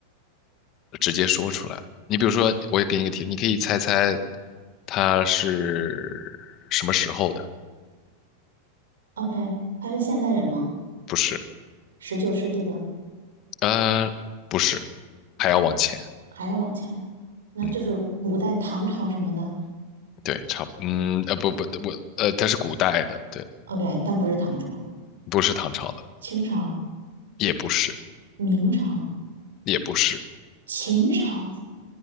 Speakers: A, on the left; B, on the right.
A: 直接说出来。你比如说，我也给你一个题，你可以猜猜它是什么时候的？
B: ？OK，他是现代人吗？
A: 不是，
B: 十九世纪的，
A: 呃，不是，还要往前。
B: 还要往前，那就是古代唐朝什么的。
A: 嗯，对，差不，嗯，呃，不不，我，呃，它是古代的，对，
B: OK，但不是唐朝，
A: 不是唐朝的，
B: 清朝、
A: 也不是，
B: 明朝、
A: 也不是
B: 秦朝，